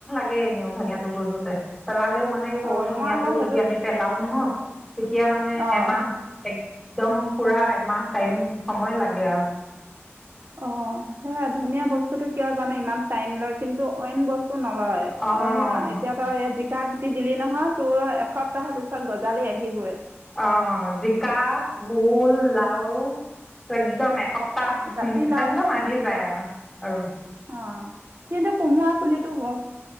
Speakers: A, in the centre; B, on the right (about 50°).
A: গে এনেও ধনীয়াতো গজুতে ত ল টো মানে সৰু
B: অঁ
A: ধুনীয়াটো
B: মই আকৌ সেইটো
A: যদি আমি পেলাও নহয়? তেতিয়া মানে
B: অঁ
A: এমাহ, এক একদম পুৰা এমাহ টাইম সময় লাগে আৰু।
B: অ, সে ধনীয়া বস্তুটো কিয় জানে ই ইমান টাইম লয়, কিন্তু অইন ব নলয়।
A: অঁ
B: অনা এতিয়া তা তই গুটি দিলি নহয় তোৰ এসপ্তাহৰ পিছত গঁজালি আহিবই।
A: অ জিকা, ভোল, লাও একদম এসপ্ত পাহ
B: জাতিলাও
A: একদম আহি যায় আৰু-আৰু
B: অ কিন্তু কোমোৱা পুলিটো বচ